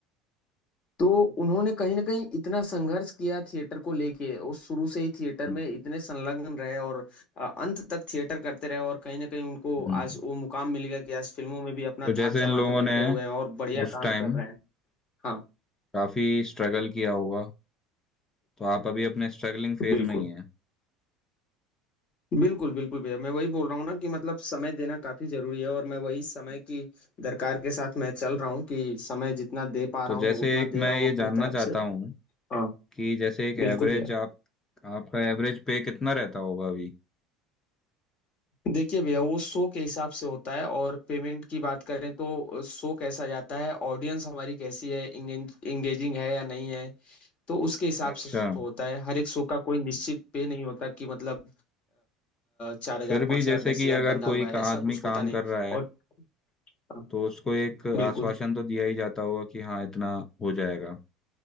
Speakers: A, on the left; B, on the left.
A: तो उन्होंने कहीं ना कहीं इतना संघर्ष किया थिएटर को लेके वो शुरू से ही थिएटर
B: हम्म,
A: में इतने संलग्न रहे और अ, अंत तक थिएटर करते रहे और कहीं ना कहीं उनको
B: हम्म।
A: आज वो मुकाम मिल गया कि आज फिल्मों में भी अपना
B: तो जैसे
A: धाक
B: इन
A: जमा
B: लोगों
A: के बैठे
B: ने
A: हुए हैं और बढ़िया
B: उस
A: काम
B: टाइम
A: कर रहे हैं हाँ
B: काफी स्ट्रगल किया होगा तो आप अभी अपने स्ट्रगलिंग फेज
A: बिल्कुल
B: में ही हैं
A: बिल्कुल बिल्कुल भैया मैं वही बोल रहा हूँ ना कि मतलब समय देना काफी जरूरी है और मैं वही समय की दरकार के साथ मैं चल रहा हूँ कि समय जितना दे पा
B: तो
A: रहा
B: जैसे
A: हूँ उतना
B: एक
A: दे
B: मैं
A: रहा हूँ
B: ये
A: अपनी
B: जानना
A: तरफ
B: चाहता
A: से
B: हूँ
A: हाँ
B: कि जैसे एक
A: बिल्कुल
B: एवरेज
A: भैया
B: आप आपका एवरेज पे कितना रहता होगा अभी
A: देखिए भैया वो शो के हिसाब से होता है और पेमेंट की बात करें तो शो कैसा जाता है ऑडियंस हमारी कैसी है इंगेजिंग है या नहीं है तो उसके हिसाब
B: अच्छा
A: से शो होता है हर एक शो का कोई निश्चित पे नहीं होता कि मतलब चार हजार
B: फिर
A: पाँच
B: भी जैसे
A: हजार दस
B: कि
A: हजार
B: अगर
A: बंधा
B: कोई
A: हुआ है
B: का
A: ऐसा
B: आदमी
A: कुछ
B: काम
A: होता नहीं
B: कर रहा है
A: और हाँ,
B: तो उसको एक
A: बिल्कुल
B: आश्वासन तो दिया ही जाता होगा कि हाँ इतना हो जाएगा